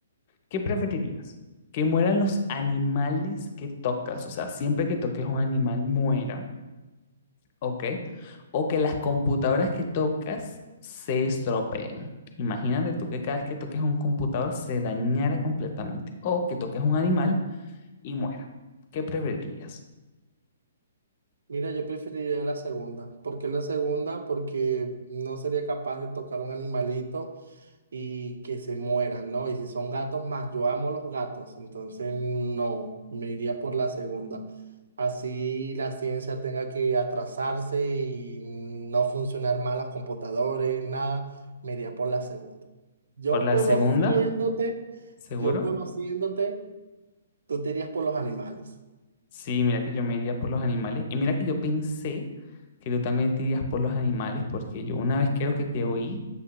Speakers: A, on the left; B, on the right.
A: ¿Qué preferirías? ¿Que mueran los animales que tocas? O sea, siempre que toques un animal muera, ¿ok? O que las computadoras que tocas se estropeen. Imagínate tú que cada vez que toques un computador se dañara completamente. O que toques un animal y muera. ¿Qué preferirías?
B: Mira, yo preferiría la segunda. ¿Por qué la segunda? Porque no sería capaz de tocar un animalito y que se mueran, ¿no? Y si son gatos más, yo amo los gatos, entonces no, me iría por la segunda. Así la ciencia tenga que atrasarse y no funcionar mal los computadores, nada, me iría por la segunda. Yo
A: Por la
B: conociéndote,
A: segunda, seguro.
B: yo conociéndote, tú te irías por los animales.
A: Sí, mira que yo me iría por los animales. Y mira que yo pensé que tú también te irías por los animales, porque yo una vez creo que te oí